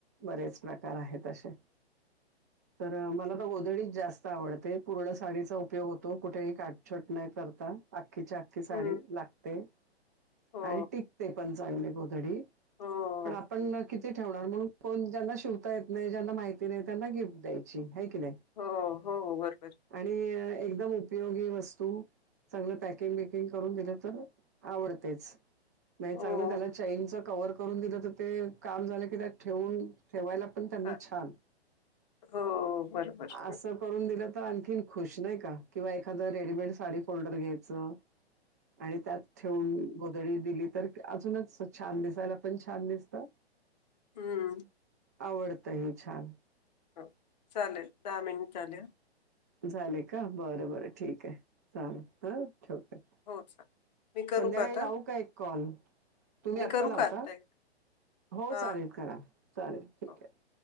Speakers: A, on the right; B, on the left.
A: बरेच प्रकार आहेत अशे.
B: <inaudible>
A: तर अ मला ना गोधडीच जास्त आवडते, पूर्ण साडीचा उपयोग होतो कुठेही काटछोट न करता. अक्खीच्या अक्खी साडी
B: हम्म
A: लागते.
B: हो
A: आणि टिकते पण चांगली गोधडी,
B: हो
A: पण आपण ना कि ती ठेवणार, म्हणून ज्यांना शिवता येत नाही ज्यांना माहिती नाही त्यांना गिफ्ट द्यायची हाय की नाय,
B: हो हो बरोबर
A: आणि अ एकदम उपयोगी वस्तू चांगलं पॅकिंग बिकिंग करून दिलं तर आवडतेच, नाही
B: हो
A: चांगलं त्याला चैनचं‌ कव्हर करून दिलं तर ते काम झालं की त्यात ठेवून ठेवायला पण त्यांना
B: हा
A: छान,
B: हो बरोबर
A: असं
B: हो
A: करून दिलं त तर आणखीन खुश नाही का? किंवा एखादं रेडीमेड साडी फोल्डर घ्यायचं. आणि त्यात ठेऊन गोधडी दिली तर अजूनच छान दिसायला पण छान दिसतात.
B: हम्म.
A: आवडतंय छान
B: हो चालेल, दहा मिनिट झाले.
A: झाले का? बरं बरं ठीक हाये, चालेल हा ठेवते.
B: हो चालेल मी करू
A: संध्याकाळी
B: आता
A: लावू का एक कॉल? तुम्ही
B: मी
A: आत्ता
B: करू
A: लावता.
B: का आता एक
A: हो
B: हा
A: चालेल करा. चालेल ठीक
B: हो
A: आहे.